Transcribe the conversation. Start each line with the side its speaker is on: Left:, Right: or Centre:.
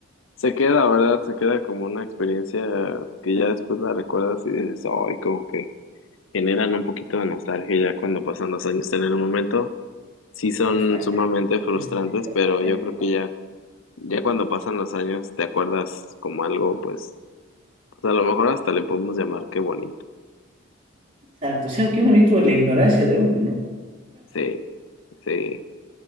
Left: Se queda, ¿verdad? Se queda como una experiencia que ya después la recuerdas y dices, ay, como que generan un poquito de nostalgia ya cuando pasan los años en el momento. Sí son
Right: Nos sacan
Left: sumamente frustrantes,
Right: de su-
Left: pero
Right: aprender.
Left: yo creo que ya, ya cuando pasan los años te acuerdas como algo, pues, pues a lo mejor hasta le podemos llamar qué bonito.
Right: Exacto. O sea, qué bonito la ignorancia de uno, ¿no?
Left: Sí, sí,